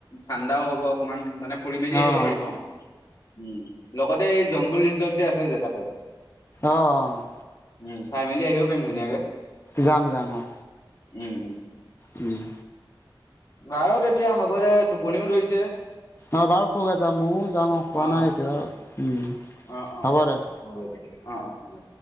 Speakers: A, on the left; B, on the left.
A: ঠাণ্ডাও হ'ব অকনমান মানে। ফুৰি মেলি আহিব
B: অ',
A: পাৰিম আও উম লগতে এই জংঘল ৰিজৰ্ট যে আছে যে তাতে।
B: অহ।
A: উম চাই মেলি আহিব পাৰিম ধুনীয়াকে।
B: যাম যাম অহ।
A: উম উম।
B: উম।
A: যাওঁ তেতিয়া হ'ব দে টোপনিও ধৰিছে।
B: অ বাৰু খু যাম ময়ও যাম খোৱা
A: অ
B: নাই এতিয়া উ
A: অ অ
B: হ'ব দে
A: হ'ব অ অ অ